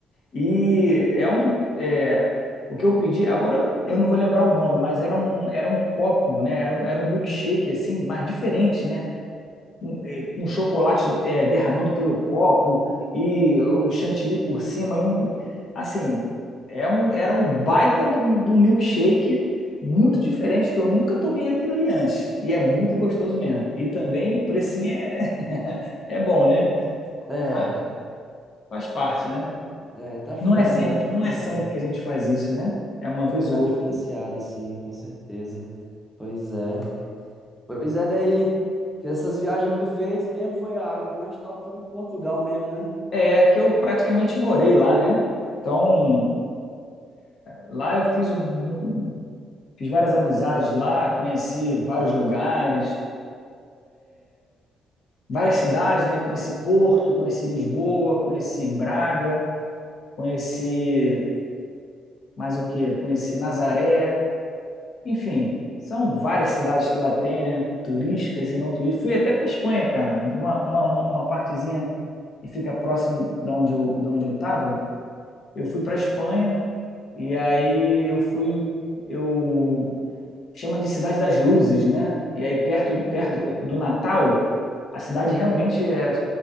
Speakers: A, on the left (about 60°); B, in the centre.
A: E é um. é, o que eu pedi, agora eu não vou lembrar o nome, mas era um, era um copo, né? Era um, era um milkshake, assim, mas diferente, né? com, é, com chocolate é, derramando pelo copo e o chantilly por cima e um, assim, é um, era um baita de um, de um milkshake muito diferente que eu nunca tomei aquilo ali antes e é muito gostoso mesmo. E também o precinho é <laughs> é bom, né?
B: é,
A: Mas faz parte, né?
B: é, tá show,
A: Não é sempre,
B: tem que dar diferenciada.
A: não é sempre que a gente faz isso, né? É uma vez
B: Tem que dar
A: ou
B: diferenciada,
A: outra.
B: sim, com certeza. Pois é. Pois é, daí. Que essas viagens que tu fez mesmo foi a mais top, foi pro Portugal mesmo, né?
A: É que eu praticamente morei lá, né? Então, lá eu fiz um, um Fiz várias amizades lá, conheci vários lugares, várias cidades, né? Conheci Porto, conheci Lisboa, conheci Braga, conheci mais o quê? Conheci Nazaré, enfim, são várias cidades que lá tem, né? Turísticas e não turísticas. Fui até para Espanha, cara, uma, uma, uma uma partezinha que fica próximo da onde eu, da onde eu tava. Eu fui para Espanha e aí eu fui, eu chama de Cidade das Luzes, né? E aí perto,
B: Hum,
A: perto do Natal A cidade realmente é